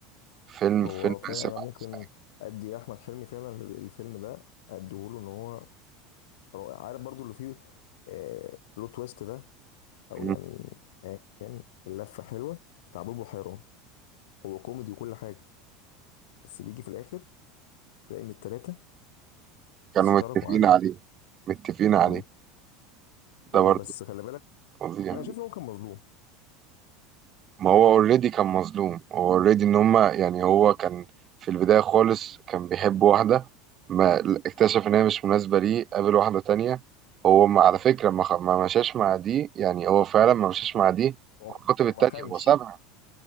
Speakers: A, on the right; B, on the left.
A: فيلم
B: هو
A: فيلم
B: فعلا
A: اسف
B: انا
A: على
B: ممكن
A: الازعاج
B: ادي احمد حلمي فعلا الفيلم ده اديهوله ان هو رائع عارف برضو اللي فيه آه لو تويست ده او
A: مم.
B: يعني آه كان اللفه حلوه بتاع بوبو حيران هو كوميدي وكل حاجه بس بيجي في الاخر تلاقي ان التلاته
A: كانوا
B: اشتركوا
A: متفقين
B: عليه
A: عليه متفقين عليه
B: امم
A: ده
B: وبس
A: برضه
B: خلي بالك
A: فظيع
B: انا شايف ان هو كان مظلوم
A: ما هو اوريدي كان مظلوم هو اوريدي ان هما يعني هو كان في البداية خالص كان بيحب واحدة ما اكتشف ان هي مش مناسبة ليه قابل واحدة تانية هو ما على فكرة ما خ- ما مشاش مع دي يعني هو فعلا ما مشاش مع دي
B: هو
A: وخطب
B: هو
A: التانية
B: ما خانش
A: هو سابها